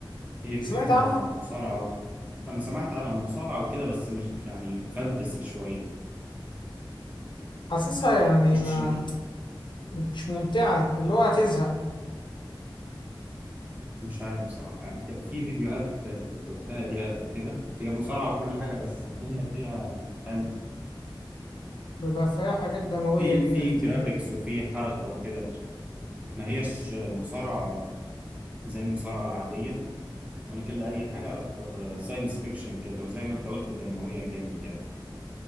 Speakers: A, on the right (about 15°); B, on the left (about 65°).
A: هي دي
B: سمعت
A: حاجة
B: عنها
A: مصارعة أنا سمعت عنها مصارعة وكده بس مش يعني فانتسي شوية
B: حاسسها يعني
A: مش
B: ما مش ممتعة اللي هو هتزهق
A: مش عارف بصراحة يعني كان في فيديوهات آه، شفتها ليها قبل كده هي مصارعة وكل حاجة بس الدنيا فيها يعني
B: بيبقى فيها حاجات دموية
A: في
B: كده
A: في
B: كتير
A: جرافيكس وفي حركة وكده ما هيش مصارعة زي المصارعة العادية ولكن لا هي حاجة أكتر ساينس فيكشن كده وزي ما أنت قلت دموية جامد يعني